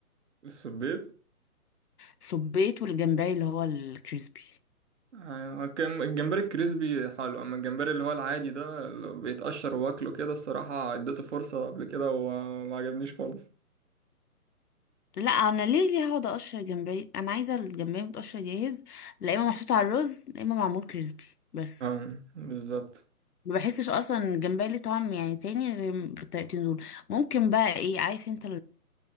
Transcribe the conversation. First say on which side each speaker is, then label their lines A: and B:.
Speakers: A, on the right (about 50°); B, on the left (about 80°).
A: السبيط
B: سبيت والجمبري اللي هو الكريسبي
A: أيوة، كم- الجمبري الكريسبي حلو اما الجمبري اللي هو العادي ده اللي بيتقشر واكله كده الصراحة اديته فرصة قبل كده وما عجبنيش خالص
B: لا انا ليه ليه هقعد اقشر جمبري انا عايزه الجمبري متقشر جاهز لا اما محطوط على الرز لا اما معمول كريسبي بس
A: اه بالظبط
B: ما بحسش اصلا الجمبري ليه طعم يعني تاني غير بالطريقتين دول ممكن بقى ايه عارف انت